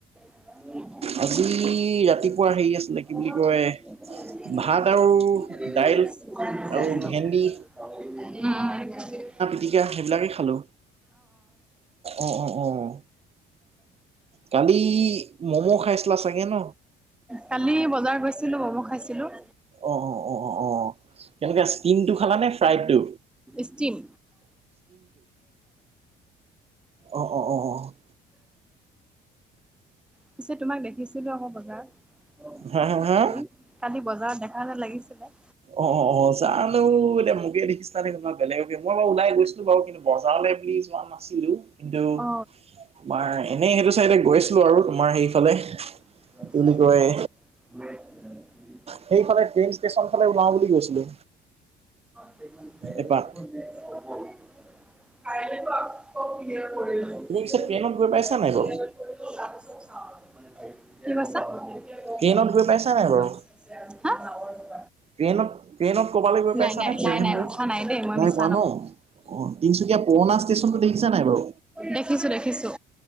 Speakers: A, in the centre; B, on the right (about 35°).
A: উম।
B: আজি ৰাতিপুৱা হেৰি আছিলে কি বুলি কয়
A: <inaudible>
B: ভাত আৰু দাইল
A: <inaudible>
B: আৰু ভেন্দি, গতিকে সেইবিলাকেই খালোঁ। অঁ', অঁ', অঁ। কালি ম'ম' খাইছিলা চাগে ন।
A: কালি বজাৰ গৈছিলো, মমু খাইছিলো।
B: অ', অ', অ', অ', অ কেনেকে ষ্টিম টো খালা নে, ফ্ৰাইড টো।
A: ষ্টিম।
B: অ', অ', অ', অ।
A: পিছে তোমাক দেখিছিলো আকৌ বজাৰত।
B: হা, হা, হা?
A: কালি কালি বজাৰত দেখা যেন লাগিছিলে।
B: অ', অ', অ জানো এতিয়া মোকে দেখিছিল তো বেলেগক মই বাৰ লাই গৈছিলো বাৰু কিন্তু বজাৰলৈ বুলি যোৱা নাছিলো। কিন্তু
A: অ
B: তোমাৰ এনেই সেইটো চাইডে গৈছিলো আৰু তোমাৰ সেইফালে।
A: <inaudible>
B: কি বুলি কয় সেইখনে ট্ৰেইন ষ্টেচন ফে ওলাও বুলি গৈছিলো।
A: <inaudible>
B: এপাক
A: <inaudible>
B: তুমি
A: কি
B: পিছে ট্ৰেইনত গৈ পাইছা নাই বাৰু
A: কৈছ
B: ট্ৰেইনত
A: হা?
B: গৈ পাইছা নাই বাৰু ট্ৰেইনত, ট্ৰেইনত ক'বালৈ গৈ
A: নাই
B: পাইছ
A: নাই
B: নে ট্ৰেইন
A: নাই নাই
B: গৈ
A: উঠা দেই মই
B: নাই
A: মিছা
B: পোৱা
A: নকওঁ
B: ন। অ, তিনচুকীয়া পুৰণা ষ্টেচনতো দেখিছা নাই বাৰু।
A: দেখিছো দেখিছো